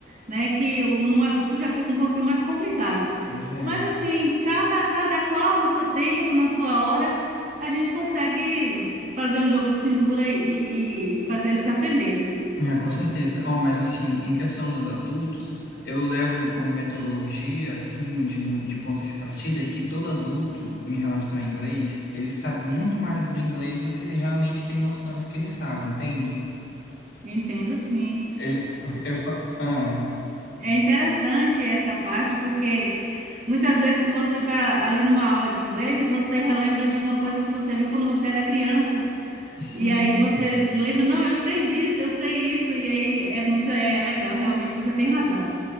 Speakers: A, on the right; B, on the left.
A: né? Que o- no adulto já fica um pouquinho mais complicado.
B: Pois é.
A: Mas assim, cada, cada qual no seu tempo, na sua hora, a gente consegue fazer um jogo de cintura e, e fazer eles aprenderem.
B: Ah, com certeza. Oh, mas assim, em questão dos adultos, eu levo como metodologia, assim, de, um- de ponto de partida, é que todo adulto, em relação ao inglês, ele sabe muito mais do inglês do que ele realmente tem noção de que ele sabe, entende?
A: Entendo, sim.
B: Ele, porque eu, fa- ah,
A: É interessante essa parte porque Muitas vezes você está ali numa aula de inglês e você relembra de uma coisa que você viu quando você era criança.
B: sim,
A: E aí você lembra, não, eu sei disso, eu sei isso. E aí é muito, é legal, realmente você tem razão.